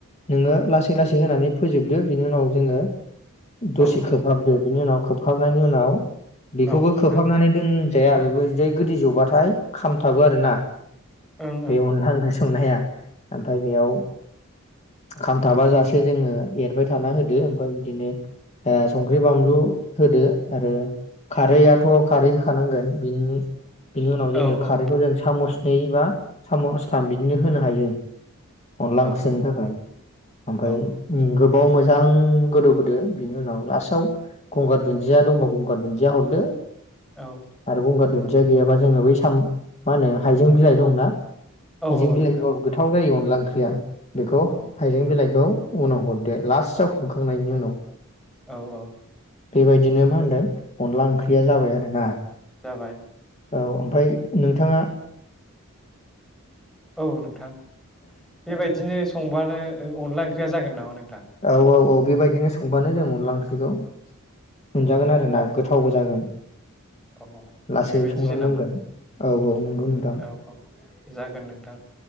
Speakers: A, on the left (about 30°); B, in the centre.
A: नोङो लासै लासै होनानै फोजोबदो बिनि उनाव जोङो दसे
B: औ
A: खोबहाबदो बिनि उनाव खोबहाबनायनि उनाव बेखौबो
B: औ नोंथां
A: खोबहाबनानै दोनजाया बेबो जै गोदि जबाथाय खामथाबो आरोना
B: ओं
A: बे अनला ओंख्रि संनाया ओमफ्राय बेयाव खामथाबा जासे जोङो एरबाय थाना होदो ओमफ्राय बिदिनो संख्रि बानलु होदो आरो खारैआथ' खारै होखानांगोन बेनि उनाव
B: ओं
A: जोङो खारैखौ जों सामस दैबा साम' सथाम बिदिनो होनो हायो अनला
B: औ
A: ओंख्रि सनो थाखाय ओमफ्राय
B: औ
A: गोबाव मोजां गोदौ होदो बिनि उनाव लास्टआव गंगार दुन्दिया दंबा गंगार दुन्दिया हरदो
B: औ
A: आरो गंगार दुन्दिया गैयाबा जोङो बै हाइजें बिलाइ दंना
B: औ
A: हायजें बिलाइ
B: नोंथां
A: होबाबो गोथाव जायो अनला ओंख्रिया बेखौ
B: अ
A: हाइजें बिलाइखौ उनाव हरदो लास्टआव खांखांनायनि उनाव
B: औ औ
A: बेबायदिनो मा होनदों अनला ओंख्रि या जाबाय आरोना।
B: जाबाय
A: औ ओमफाय नोंथाङा
B: औ नोंथां। बेबायदिनो संबानो ओ अनला ओंख्रिया जागोन नामा नोंथ
A: औ औ औ बेबायदिनो संबानो जों अनला ख्रिखौ मोनजागोन आरोना गोथावबो जागोन।
B: अ
A: लासै
B: बेबायदिसो
A: संलांनांगोन
B: नामा
A: औ औ नंगौ नोंथां
B: औ औ जागोन नोंथां